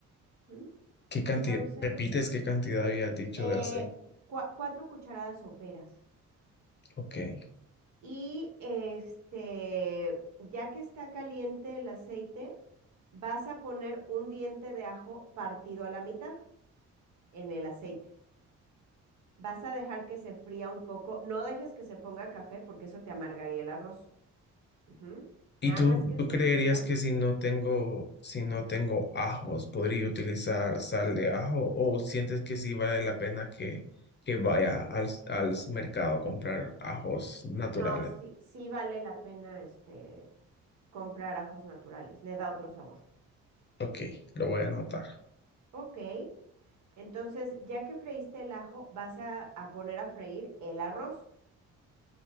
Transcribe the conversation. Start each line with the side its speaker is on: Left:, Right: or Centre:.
Right: Ujú.
Left: ¿Qué cantidad?
Right: Entonces,
Left: ¿Repites qué cantidad había dicho
Right: eh,
Left: de aceite?
Right: cua- cuatro cucharadas soperas.
Left: Ok.
Right: Y este, ya que está caliente el aceite, vas a poner un diente de ajo partido a la mitad en el aceite. Vas a dejar que se fría un poco. No dejes que se ponga café porque eso te amargaría el arroz. Ujú.
Left: ¿Y
Right: Nada
Left: tú,
Right: más que
Left: tú
Right: se
Left: creerías
Right: fría.
Left: que si no tengo, si no tengo ajos, podría utilizar sal de ajo o sientes que sí vale la pena que, que vaya al, al mercado a comprar ajos naturales?
Right: No, sí, sí vale la pena este, comprar ajos naturales. Le da otro sabor.
Left: Ok, lo voy a anotar.
Right: Ok. Entonces, ya que freíste el ajo, vas a, a poner a freír el arroz.